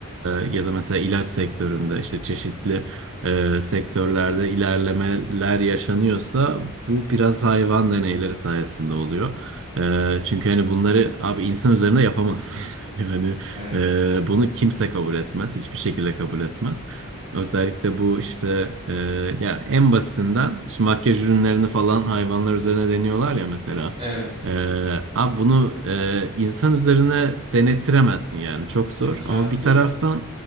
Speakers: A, on the right; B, on the right.
A: e, ya da mesela ilaç sektöründe işte çeşitli e, sektörlerde ilerlemeler yaşanıyorsa bu biraz hayvan deneyleri sayesinde oluyor. E, çünkü hani bunları abi insan üzerinde yapamazsın. <laughs> Yani
B: Evet.
A: e, bunu kimse kabul etmez, hiçbir şekilde kabul etmez. Özellikle bu işte e, ya en basitinden şimdi makyaj ürünlerini falan hayvanlar üzerine deniyorlar ya mesela.
B: Evet.
A: E, abi bunu e, insan üzerine denettiremezsin yani çok zor.
B: İmkansız.
A: Ama bir taraftan